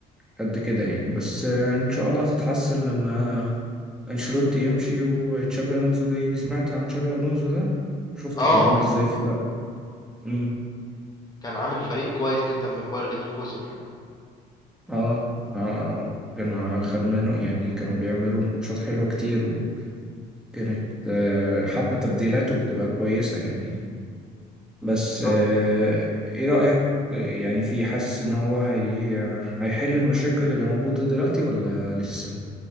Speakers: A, in the centre; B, on the left.
A: قد كده يعني بس آه، إن شاء الله هتتحسن لما أنشيلوتي يمشي وتشابي ألونزو ده يجي سمعت عن تشابي ألونزو ده شفته
B: اه
A: كان عامل
B: يعني
A: إزاي في لا مم.
B: كان عامل فريق كويس جدا من باير ليفركوزن يعني
A: آه آه آه. آه. كانوا خد منه يعني كانوا بيعملوا ماتشات حلوة كتير كانت آه، حتى تبديلاته بتبقى كويسة يعني بس
B: بالظبط
A: آه، ايه رأيك يعني في حاسس ان هو هي... هيحل المشاكل اللي موجودة دلوقتي ولا لسه؟